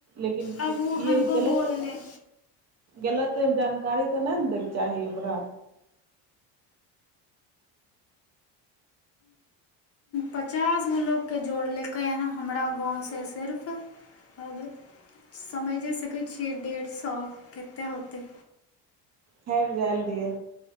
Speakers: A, on the right; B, on the left.
A: लेकिन
B: अब वो
A: य
B: हमको
A: गलत
B: बोल रहे
A: गलत जानकार गी तऽ नहि नेै चाही ओकरा
B: पचास गो लोकोगके जोड़ लेलकै हन हमरा गाँव से सिर्फ आर समझ सकै छियै डेढ़ सए कतेक होतै
A: फेर जा ल दियै